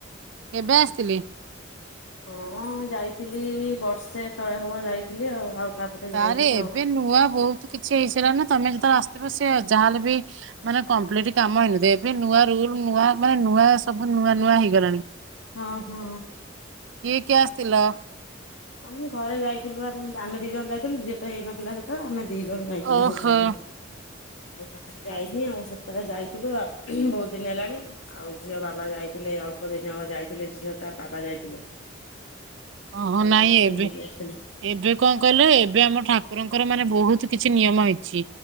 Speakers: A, on the right; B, on the left.
A: କେବେ ଆସିଥିଲେ।
B: ହଁ ଯାଇଥିଲି ବର୍ଷେ ତଳେ ହବ ଯାଇଥିଲି ଆଉ ଆଉ ତାପରେ
A: ତାହେଲେ
B: ଯାଇନି
A: ଏବେ
B: ଆଉ
A: ନୂଆ ବହୁତ କିଛି ହେଇଥିଲା ନା ତମେ ଯେତେବେଳେ ଆ ତ ସେ ଯାହାେଲେ ବି ମାନେ କମ୍ପ୍ଲିଟ କାମ ହେଇନ ଏବେ ନୂଆ ରୁଲ ନୂଆ ମାନେ ନୂଆ ସବୁ ନୂଆ ନୂଆ ହେଇଗଲାଣି।
B: ଓହୋ।
A: କିଏ କିଏ ଆସିଥିଲ?
B: ଆଉ ମୁଁ ଘରେ ଯାଇଥିଲୁ ଆମେ ଆମେ ଦି ଜଣ ଯାଇଥିଲୁ ଝିଅ ତ ହେଇନଥିଲା ସେତଳେ ଆମେ ଦିଜଣ ଯାଇଥିଲୁ
A: ଓହୋ
B: ସେ ସମୟରେ। ଆଉ ତା ପରେ ଯାଇନି ଆଉ ସେତେବେଳେ ଯାଇଥିଲୁ ଆଉ ବହୁତ ଦିନ ହେଲାଣି ଆଉ ଝିଅ ବାବା ଯାଇ ଥିଲେ ଅଳ୍ପ ଦିନ ହବ ଯାଇଥିଲେ ଝିଅ ତା ବାବା ଯାଇଥିଲେ।
A: ଓହୋ
B: ଯାଇଥିଲେ
A: ନାଇଁ ଏବେ
B: ବୁଲିକି ଆସିଥିଲେ
A: ଏବେ କଣ କହିଲୁ ଏବେ ଆମ ଠାକୁରଙ୍କର ମାନେ ବହୁତ କିଛି କିଛି ନିୟମ ହେଇଛି।